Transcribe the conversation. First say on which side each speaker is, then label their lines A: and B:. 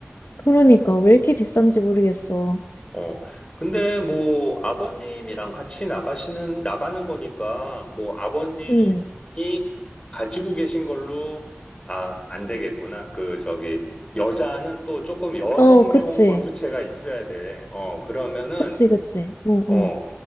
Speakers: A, on the left; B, on the left.
A: 그러니까 왜 이렇게 비싼지 모르겠어.
B: 어, 근데 뭐 아버님이랑 같이 나가시는, 나가는 거니까 뭐 아버님이
A: 음,
B: 가지고 계신 걸로, 아, 안 되겠구나. 그, 저기, 여자는 또 조금 여성용
A: 어, 그치.
B: 골프채가 있어야 돼. 어, 그러면은,
A: 그치, 그치. 응,
B: 어,
A: 응.